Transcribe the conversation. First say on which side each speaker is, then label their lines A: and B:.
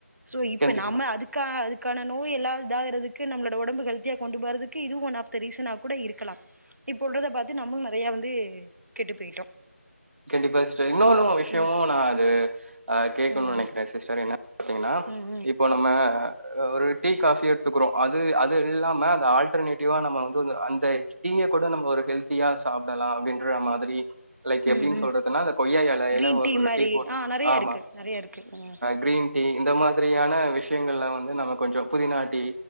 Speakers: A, on the right (about 80°); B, on the right (about 55°).
A: சோ இப்ப
B: கண்டிப்பா.
A: நம்ம அதுக்காக அது இதுக்கான நோய் எல்லா இதாகறதுக்கு நம்மளோட உடம்பு ஹெல்தியா கொண்டு போறதுக்கு இதுவு ஒன் ஆஃப் த ரீசனா கூட இருக்கலா இப்போல்றத பாத்து நம்மு நறைய வந்து கெட்டு போயிட்டோ
B: கண்டிப்பா சிஸ்டர் இன்னொன்னு விஷயமு
A: ம்
B: நா அது ஆ கேக்குனும்னு
A: ம்
B: நனைக்கிறே
A: ம்
B: சிஸ்டர் என்ன பாத்தீங்கன்னா
A: ம் ம்
B: இப்போ நம்ம ஹ ஒரு டீ காஃபி எடுத்துக்கிறோ அது அது இல்லாம அந்த ஆல்டர்னேட்டிவா நம்ம வந்து அந்த டீய கூட நம்ம ஒரு ஹெல்த்தியா சாப்பிட்லா அப்டின்ற மாதிரி
A: ம்
B: எப்டின்னு
A: ம்
B: சொல்றதுன்னா
A: ம்
B: அ கொய்யா எலையில
A: கிரீன்
B: ஒரு
A: மாரி
B: டீ போட்டு
A: ஆ நெறைய
B: ஆமா
A: இருக்கு நெறைய இருக்கு ம்
B: கிரீன் டீ இந்த மாதிரி மாதிரியான விஷயங்கள்ல வந்து நம்ம கொஞ்ச புதிநாட்டி